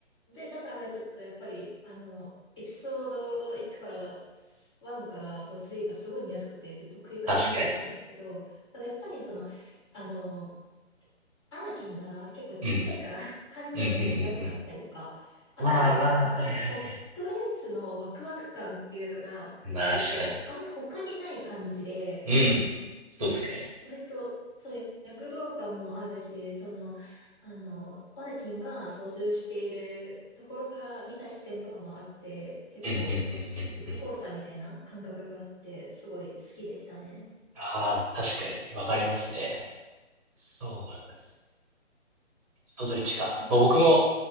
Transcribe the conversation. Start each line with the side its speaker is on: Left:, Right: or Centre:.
Left: で、だからちょっとやっぱり、あの、エピソード1から、1からその3がすごい見やすくてずっと繰り返し見てたんですけど、
Right: 確かに。
Left: ただやっぱりその、あの、アナキンが結構ちっちゃいから
Right: うん。
Left: <laughs> 感情移入しやすかったりとか、
Right: うんうんうんうん。
Left: あと、
Right: まあまあ、
Left: やっぱりポットレースのワクワク感っていうのが結構あんまり他にない感じで、
Right: はいはいはい。確かに。うん。そうですね。
Left: 割と、そういう躍動感もあるし、その、あの、オネキンが操縦しているところから見た視点とかもあって、結構、
Right: うんうんうんうんうん。
Left: ジェットコースターみたいな感覚があって、すごい好きでしたね。
Right: ああ、確かに。わかりますね。そうなんですね。その1か。
Left: なんか、
Right: まあ、僕も